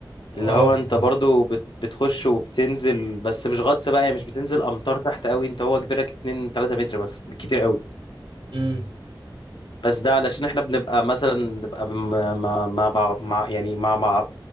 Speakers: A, on the left; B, on the right.
A: اللي
B: اه
A: هو انت
B: طب
A: برضو بت... بتخش وبتنزل بس مش غطس بقى يعني مش بتنزل امتار تحت قوي انت هو كبيرك 2 3 متر مثلا بالكتير قوي
B: امم
A: بس ده علشان احنا بنبقى مثلا نبقى م... مع مع بعض- مع يعني مع مع